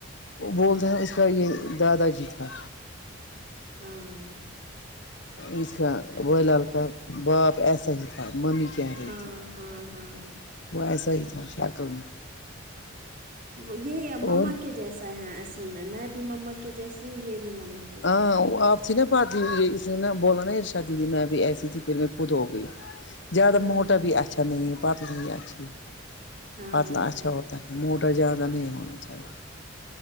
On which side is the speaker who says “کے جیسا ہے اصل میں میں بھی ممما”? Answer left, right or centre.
Right